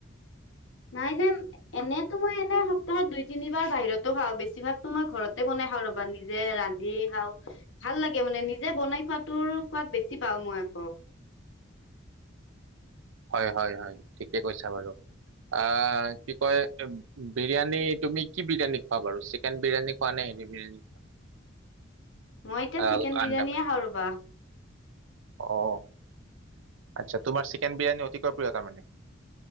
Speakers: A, on the left (about 70°); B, on the right (about 75°).
A: নাই-নাই- এনেতো মই এনেই সপ্তাহত দুই তিনিবাৰ বাহিৰতো খাওঁ, বেছিভাগ তো মই ঘৰতে বনাই খাওঁ ৰ'বা নিজে ৰান্ধি- খাওঁ, ভাল লাগে মানে নিজে বনাই খোৱাাতৰ খোৱাত বেছি পাওঁ মই আকৌ।
B: হয়-হয়, ঠিকেই কৈছা বাৰু। আঁহ', কি কয় বিৰিয়ানী তুমি কি বিৰিয়ানী খোৱা বাৰু চিকেন বিৰিয়ানী খোৱা নে হেৰি বিৰিয়ানী? <unintelligible>
A: <unintelligible>
B: আঁহ',
A: চিকেন বিৰিয়ানীয়ে
B: আন্দা পাই,
A: খাওঁ ৰ'বা।
B: অ',। আচ্ছা' তোমাৰ চিকেন বিৰিয়ান অতিকৈ প্ৰিয় মানে।